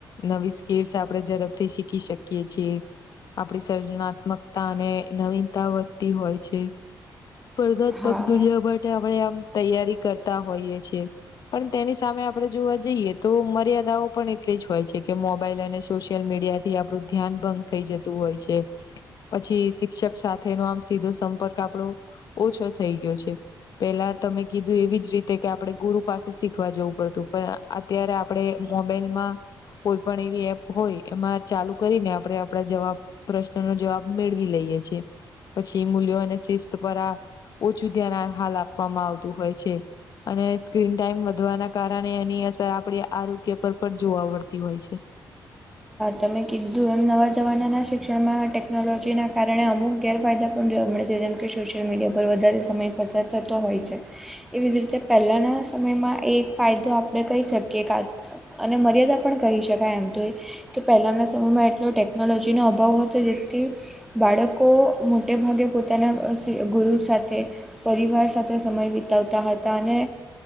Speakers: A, on the left; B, in the centre.
A: નવી સ્કીલ્સ આપણેે ઝડપથી શીખી શકીએ છીએ આપડી સર્જનાત્મકતા અને નવીનતા વધતી હોય છે. સ્પર્ધાત્મક
B: હા
A: દુનિયા માટે આપણે આમ તૈયારી કરતા હોઈએ છીએ. પણ તેની સામે આપણે જોવા જઈએ તો, મર્યાદાઓ પણ એટલી જ હોય છે. કે મોબાઈલ અને સોશિયલ મીડિયા-' થી આપણું ધ્યાન ભંગ થઈ જતું હોય છે. પછી શિક્ષક સાથેનો આમ સીધો સંપર્ક આપણો ઓછો થઈ ગયો છે. પેલા તમે કીધું એવી જ રીતે કે આપણે ગુરુ પાસે શીખવા જવું પડતું. પણ અત્યારે આપડે મોબાઈલ માં કોઈ પણ એવી એપ હોય, એમાં ચાલુ કરીને આપણેે આપડા જવાબ પ્રશ્ન ન જવાબ મેળવી લઈએ છીએ પછી મૂલ્યો અને શિસ્ત પર આ ઓછું ધ્યાન હાલ આપવામાં આવતું હોય છે. અને સ્ક્રીન ટાાઈમ વધવાના કારણે, એની અસર આપડી આરોગ્ય પર પણ જોવા મળડતી હોય છે.
B: તમે કીધું એમ નવા જમાનાના શિક્ષણમાં ટેકનોલોજીના કારણે અમુક ગેરફાયદા પણ જોવા મળે છે. જેમ કે સોશિયલ મીડિયા પર વધારે સમય પસાર થતો હોય છે. એવી જ રીતે પહેલાના સમયમાં એક ફાયદો આપણે કહી શકીએ અને મર્યાદા પણ કહી શકાય એમ તો એ કે પહેલાંના સમયમાં એટલો ટેકનોલોજીનો અભાવ હતો. જેથી બાળકો મોટે ભાગે પોતાના ગુરુ સાથે પરિવાર સાથે સમય વિતાવતા હતા. અને